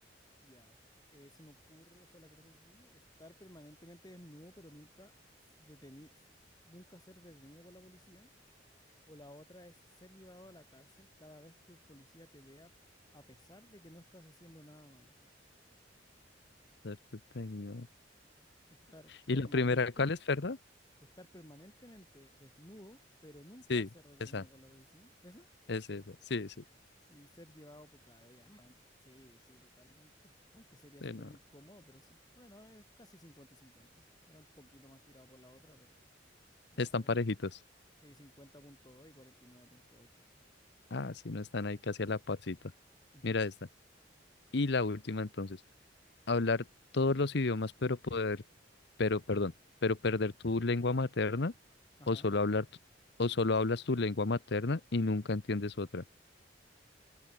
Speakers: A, on the left (about 20°); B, on the left (about 65°).
A: ya, eh, se me ocurre, o sea, la que tengo aquí, estar permanentemente desnudo, pero nunca s- deteni- s- nunca ser detenido por la policía. O la otra es ser llevado a la cárcel cada vez que un policía te vea a pesar de que no estás haciendo nada malo.
B: Darte tenido.
A: Estar
B: ¿Y
A: permanente,
B: la primera cuál es, perdón?
A: estar permanentemente desnudo, pero nunca
B: Sí,
A: ser detenido
B: esa,
A: por la policía. ¿Eso?
B: es esa. Sí, sí.
A: Sí, ser llevado por... Claro, ya es más... Sí, sí, totalmente. Aunque sería
B: Sí,
A: súper
B: no,
A: incómodo, pero sí. Bueno, es casi 50 y cincuenta Era un poquito más tirado por la otra, pero era
B: Están
A: 40
B: parejitos.
A: y cincuenta punto dos y cuarenta y nueve punto ocho o sea.
B: Ah, sí, no están ahí casi a la parcita.
A: Ujú.
B: Mira esta. Y la última entonces. Hablar todos los idiomas, pero poder, pero, perdón, pero perder tu lengua materna,
A: Ajá.
B: o solo hablar, tu- o solo hablas tu lengua materna y nunca entiendes otra.